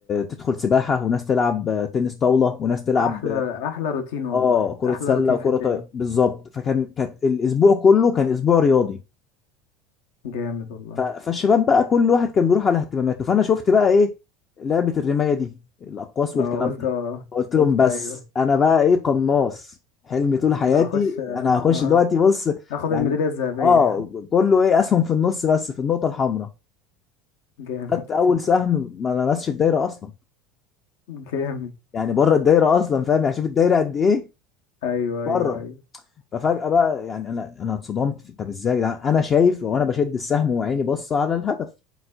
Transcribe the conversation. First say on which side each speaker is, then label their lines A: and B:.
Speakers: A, on the left (about 30°); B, on the left (about 80°).
A: تدخل سباحة وناس تلعب تنس طاولة وناس تلعب
B: احلى احلى روتين والله
A: اه كرة
B: احلى
A: سلة
B: روتين
A: وكرة
B: في الدنيا
A: ط- بالظبط فكان كانت الاسبوع كله كان اسبوع رياضي
B: جامد والله
A: ف... فالشباب بقى كل واحد كان بيروح على اهتماماته فانا شفت بقى ايه لعبة الرماية دي الاقواس والكلام
B: اه قلت اه
A: قلت لهم
B: قلت
A: بس
B: ايوه
A: انا بقى ايه قناص حلمي طول حياتي
B: انا هخش آه،
A: انا هخش دلوقتي بص
B: هاخد
A: يعني
B: الميدالية الذهبية
A: اه كله ايه اسهم في النص بس في النقطه الحمراء
B: جامد
A: خدت اول
B: <laughs>
A: سهم ما لمسش الدايره اصلا
B: جامد
A: يعني بره الدايره اصلا فاهم يعني شوف الدايره قد ايه
B: ايوه ايوه
A: بره
B: ايوه
A: ففجاه بقى يعني انا انا اتصدمت في- طب ازاي يا جدعان انا شايف وانا بشد السهم وعيني بص على الهدف